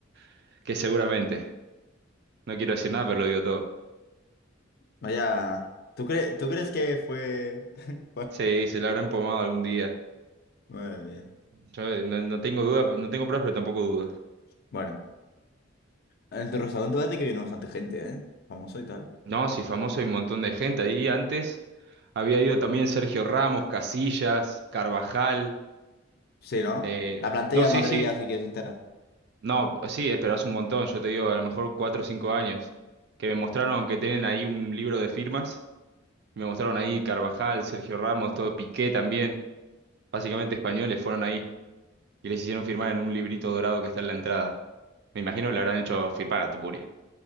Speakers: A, on the right; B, on the left.
A: <laughs> que seguramente, no quiero decir nada, pero lo digo todo.
B: Vaya. ¿Tú, cre- tú crees que fue. <laughs>
A: Sí, se la habrán pomado algún día.
B: Bueno, madre mía.
A: Yo eh, no, no tengo dudas, no tengo pruebas, pero tampoco dudas.
B: Bueno, en tu restaurante parece que viene bastante gente, ¿eh? Famoso y tal.
A: No, sí, famoso hay un montón de gente. Ahí antes había ido también Sergio Ramos, Casillas, Carvajal.
B: Sí, ¿no?
A: eh,
B: La plantilla
A: No,
B: de
A: sí,
B: Madrid
A: sí.
B: ya sí que es entera.
A: No, sí, eh, pero hace un montón, yo te digo, a lo mejor cuatro o cinco años, que me mostraron que tienen ahí un libro de firmas, me mostraron ahí Carvajal, Sergio Ramos, todo Piqué también, básicamente españoles fueron ahí y les hicieron firmar en un librito dorado que está en la entrada. Me imagino que le habrán hecho firmar a Tupuria,